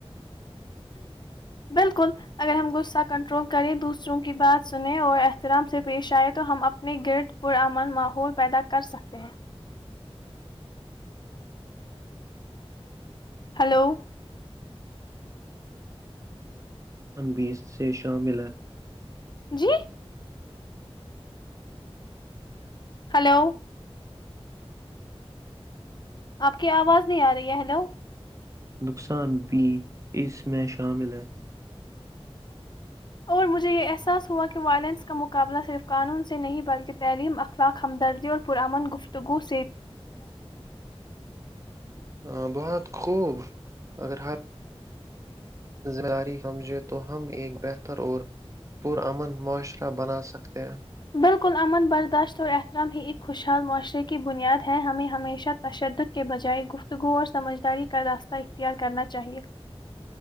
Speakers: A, on the left; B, on the right.
A: بالکل اگر ہم غصہ کنٹرول کریں دوسروں کی بات سنیں اور احترام سے پیش آئےیں تو ہم اپنے گرد پرامن ماحول پیدا کرسکتے ہیں ہلو
B: ان بھی سے شامل ہے
A: جی ہیلو آپ کی آواز نہیں آ رہی ہے ہلو
B: نقصان بھی اس میں شامل ہے
A: اور مجھے یہ احساس ہوا کہ وائلینس کا مقابلہ صرف قانون سے نہیں بلکہ تعلیم اخلاق ہمدردی اور پر اامن گفتگوس
B: ہاں بہت خوب اگر ہر ذمہ داری سمجھے تو ہم ایک بہتر اور پرامن معاشرہ بنا سکتے ہیں
A: بالکل امن برداشت اور احترام ہی ایک خوشحال معاشرے کی بنیاد ہے ہمیں ہمیشہ تشدد کے بجائے گفتگو اور سمجھداری کا راستہ اختیار کرنا چاہیئے